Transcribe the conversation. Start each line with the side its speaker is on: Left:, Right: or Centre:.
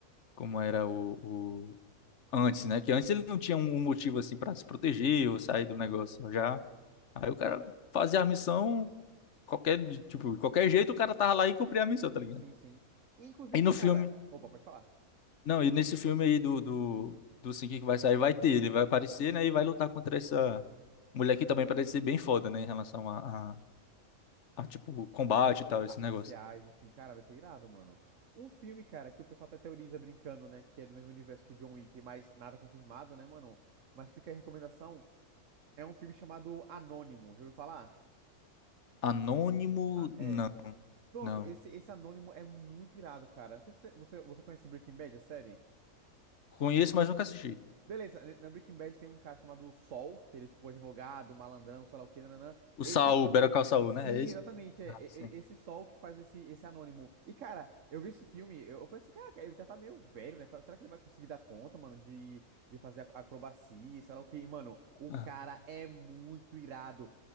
Left: como era o, o- antes, né? Que antes ele não tinha um, um motivo assim pra se proteger ou sair do negócio. Já. Aí o cara fazia a missão, qualquer, tipo, de qualquer jeito o cara tava lá e cumpria a missão,
Right: Sim,
Left: tá ligado?
Right: sim, sim. E, inclusive,
Left: E no
Right: cara.
Left: filme.
Right: Opa, pode falar.
Left: Não, e nesse filme aí do, do, do Sing que vai sair, vai ter, ele vai aparecer, né? E vai lutar contra essa mulher que também parece ser bem foda, né? Em relação a, a, a, tipo, combate e tal, esse
Right: Artes
Left: negócio.
Right: marciais, enfim, cara, vai ser irado, mano. Um filme, cara, que o pessoal até teoriza brincando, né, que é do mesmo universo que John Wick, mas nada confirmado, né, mano? Mas fica aí a recomendação, é um filme chamado Anônimo, já ouviu falar?
Left: Anônimo,
Right: Ah, é.
Left: não,
Right: Pronto,
Left: não.
Right: esse, esse Anônimo é muito irado, cara. Não sei se você, você conhece Breaking Bad, a série?
Left: Conheço, mas nunca assisti.
Right: Beleza, na na Breaking Bad tem um cara chamado Sol, que ele é tipo advogado, malandrão, sei lá o que, nananã.
Left: O
Right: Esse,
Left: Saul, Better Call Saul,
Right: Sim,
Left: né? É isso?
Right: exatamente. É,
Left: Ah,
Right: é-
Left: sim.
Right: é esse sol que faz esse, esse anônimo. E, cara, eu vi esse filme, eu, eu falei assim, cara, ele já tá meio velho, né? Tá- Será que ele vai conseguir dar conta, mano, de, de fazer ac- acrobacia, sei lá o quê? E, Mano, o
Left: Ah,
Right: cara é muito irado.